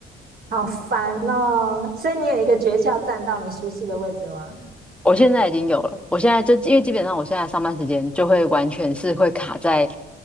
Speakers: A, on the right; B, in the centre.
A: 好烦哦。所以你有一个诀窍，站到你舒适的位置吗？
B: 我现在已经有了，我现在就因为基本上我现在上班时间就会完全是会卡在，